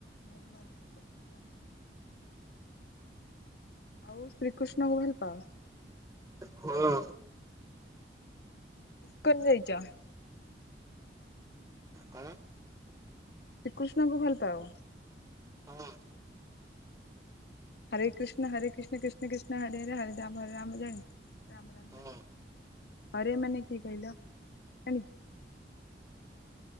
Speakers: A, on the left; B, on the right.
A: ନର୍ମାଲ ଲୋ କରୁଥିବା ହେତୁ ଆଉ ଶ୍ରୀକୃଷ୍ଣଙ୍କୁ ଭଲ ପାଅ?
B: ହଁ।
A: ଇସ୍କନ ଯାଇଚ?
B: କଣ?
A: ଶ୍ରୀକୃଷ୍ଣଙ୍କୁ ଭଲ ପାଅ?
B: ହଁ।
A: ହରେ କୃଷ୍ଣ ହରେ କୃଷ୍ଣ କୃଷ୍ଣ କୃଷ୍ଣ ହରେ ହରେ ହରେ ରାମ ହରେ ରାମ ରାମ ଜାଣି ରାମ ରାମ
B: ହଁ
A: ହରେ
B: ହଁ
A: ହରେ ମାନେ କିଏ କହିଲ ଜାଣଚ?